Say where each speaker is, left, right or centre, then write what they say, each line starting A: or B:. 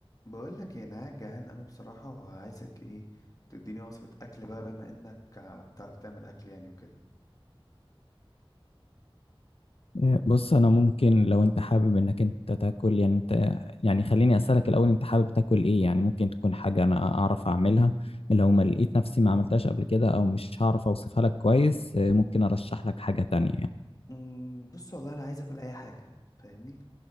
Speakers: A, on the left; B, on the left.
A: بقول لك انا قاعد جعان قوي بصراحة وعايزك ايه تديني وصفة اكل بقى بما انك آه، بتعرف تعمل اكل يعني وكده
B: آه، بص انا ممكن لو انت حابب انك انت تاكل يعني انت يعني خليني اسالك الاول انت حابب تاكل ايه يعني ممكن تكون حاجه انا اعرف اعملها لو ما لقيت نفسي ما عملتهاش قبل كده او مش هعرف اوصفها لك كويس آه، ممكن ارشح لك حاجه تانية يعني.
A: امم بص والله انا عايز اكل اي حاجة فاهمني